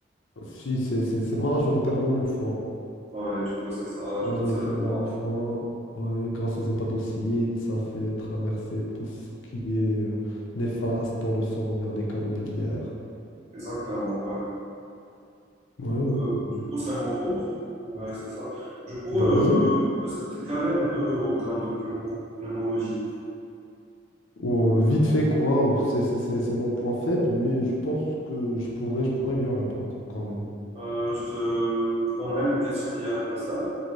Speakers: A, on the left (about 80°); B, on the right (about 35°).
A: Si, c'est c'est- c'est majoritairement le foie.
B: Ouais, du coup, c'est ça, du
A: Majoritairement
B: coup, c'est le foie.
A: le foie, ouais, grâce aux hépatocytes, ça fait traverser tout ce qui est euh, néfaste dans le sang vers les canaux biliaires.
B: Exactement, ouais.
A: Ouais, ouais,
B: Euh,
A: c'est bien.
B: du coup, c'est mon tour. Ouais, c'est ça. Du coup,
A: Bah
B: euh,
A: vas-y.
B: est-ce que tu es calé un peu en termes de pneumo- pneumologie?
A: Ou, euh, vite fait, quoi, c'est c'est- c'est- c'est mon point faible, mais je pense que je pourrais, je pourrais bien répondre quand même.
B: Euh, je te donnerai une question qui est un peu simple.